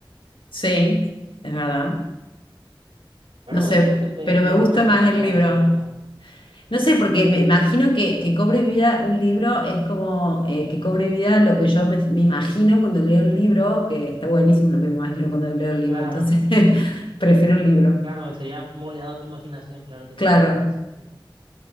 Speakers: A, on the left; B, on the right.
A: sí, es verdad.
B: Pero
A: No sé,
B: es cierto que puedes
A: pero
B: tener
A: me gusta
B: más creatividad,
A: más el libro.
B: eso es lo que vos decís.
A: No sé, porque me imagino que, que cobre vida un libro es como eh, que cobre vida lo que yo me, me imagino cuando leo el libro, que está buenísimo lo que me imagino cuando leo el libro,
B: Claro,
A: entonces <laughs> prefiero el libro.
B: claro, sería moldeado tu imaginación, claro, tiene
A: Claro.
B: sentido eso, sí.